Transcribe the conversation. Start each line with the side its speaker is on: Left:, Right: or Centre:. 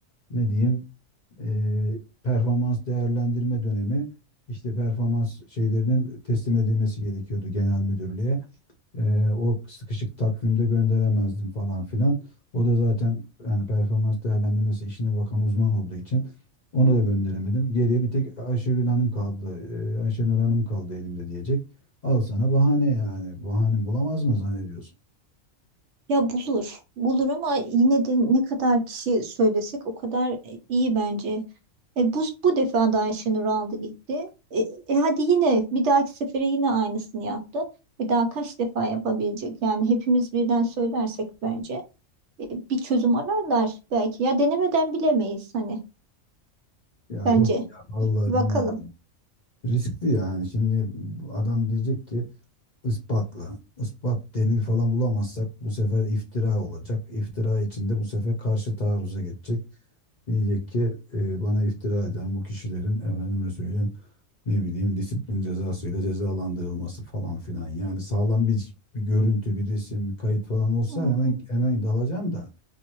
Left: ne diyeyim e, performans değerlendirme dönemi işte performans şeylerinin teslim edilmesi gerekiyordu genel müdürlüğe. E, o sıkışık takvimde gönderemezdim falan filan. O da zaten yani performans değerlendirmesi işine bakan uzman olduğu için ona da gönderemedim. Geriye bir tek Ayşegül Hanım kaldı. E, Ayşenur Hanım kaldı elimde diyecek. Al sana bahane yani. Bahane bulamaz mı zannediyorsun?
Right: ya bulur. Bulur ama yine de ne kadar kişi söylesek o kadar iyi bence. E, bu, bu defa da Ayşenur aldı gitti. E, e, hadi yine bir dahaki sefere yine aynısını yaptı. Bir daha kaç defa yapabilecek? Yani hepimiz birden söylersek bence e, bir çözüm ararlar belki. Ya denemeden bilemeyiz hani
Left: Ya
Right: bence.
Left: yok ya vallahi
Right: Bir
Left: bilmem.
Right: bakalım.
Left: Riskli yani. Şimdi adam diyecek ki ispatla. Ispat delil falan bulamazsak bu sefer iftira olacak. İftira içinde bu sefer karşı taarruza geçecek. Diyecek ki e, bana iftira eden bu kişilerin efendime söyleyeyim ne bileyim disiplin cezasıyla cezalandırılması falan filan. Yani sağlam bir bir görüntü, bir resim, bir kayıt falan olsa
Right: Hmm,
Left: hemen hemen dalacağım da